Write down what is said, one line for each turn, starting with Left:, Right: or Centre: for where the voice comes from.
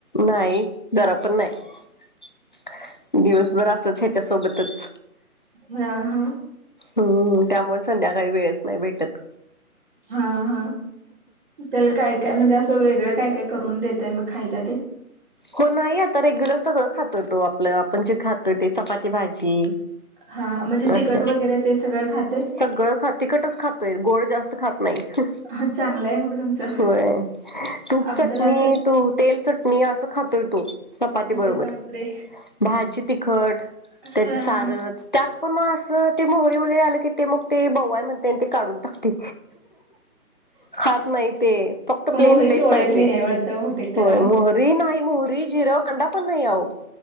Left: नाही. जरा पण नाही दिवसभर असच, हयाच्यासोबतच.
Right: हा हा.
Left: हम्म. त्यामुळे संध्याकाळी वेळच नाही भेटत.
Right: हा हा. त्याला काय- काय म्हणजे असं वेगळं काय काय करून देतय मग खायला ते.
Left: हो, नाही आता, रेग्युलर सगळं खातोय तो, आपलं आपण जे खातोय ते चपाती भाजी.
Right: हा. म्हणजे तिकट
Left: असं
Right: वगैरे ते सगळं खाते.
Left: सगळं खाते तिकटच खातोय, गोड जास्त खात नाही.
Right: हा चांगलं आहे मग तुमचं
Left: होय. तूप
Right: आमच्याला
Left: चटणी,
Right: तर
Left: तू- तेल चटणी, अस खातोय तो, चपाती
Right: अरे
Left: बरोबर.
Right: बापरे
Left: भाजी तिखट,
Right: हा
Left: त्यात सारस
Right: हा
Left: त्यात पण असं ते मोहरी वगैरे आलं, की ते मग ते बवाय म्हणते ते काढून टाकते. खात नाही ते, फक्त
Right: मोहरीची
Left: प्लेन प्लेन
Right: ओळख
Left: पाहिजे.
Right: नाही आहे वाटतं बहुतेक तर.
Left: होय. मोहरी, नाही मोहरी, जिरं, कांदा, पण नाही अवो.